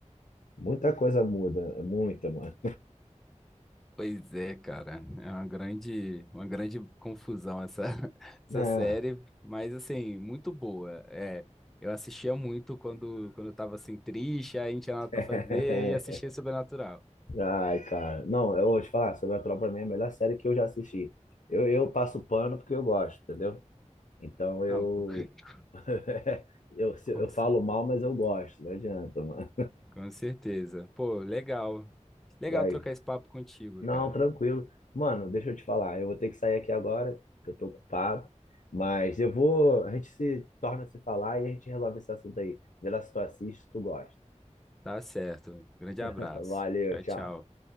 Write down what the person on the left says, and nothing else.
Muita coisa muda, é muita, mano.
É.
<laughs>
Ai, cara. Não, eu vou te falar, Sobrenatural pra mim é a melhor série que eu já assisti. Eu, eu passo pano porque eu gosto, entendeu? Então eu,
<laughs> eu, se-
eu
falo mal, mas eu gosto, não adianta, mano.
Ai,
não,
tranquilo. Mano, deixa eu te falar, eu vou ter que sair aqui agora, que eu tô ocupado, mas eu vou, a gente se torna a se falar e a gente resolve esse assunto aí. Vê lá se tu assiste, se tu gosta.
<laughs>
Valeu,
tchau.